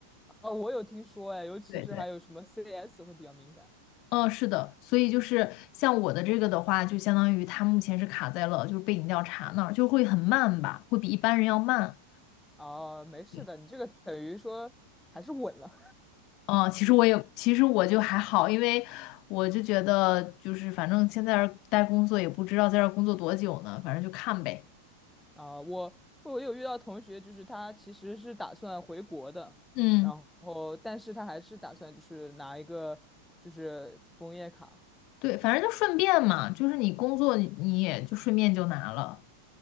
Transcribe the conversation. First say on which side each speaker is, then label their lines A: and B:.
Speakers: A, in the centre; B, on the left (about 40°).
A: 哦，我有听说哎，尤其是还有什么
B: 对对。
A: CS 会比较敏感
B: 嗯，是的，所以就是像我的这个的话，就相当于它目前是卡在了就是背景调查那儿，就会很慢吧，会比一般人要慢。
A: 啊，没事的，
B: 对，
A: 你这个等于说还是稳了
B: 嗯，其实我也其实我就还好，因为我就觉得就是反正现在这儿待工作也不知道在这儿工作多久呢，反正就看呗。
A: <laughs> 啊。我我有遇到同学，就是他其实是打算回国的，
B: 嗯，
A: 然后但是他还是打算就是拿一个就是枫叶卡，
B: 对，反正就顺便嘛，就是你工作你你也就顺便就拿了，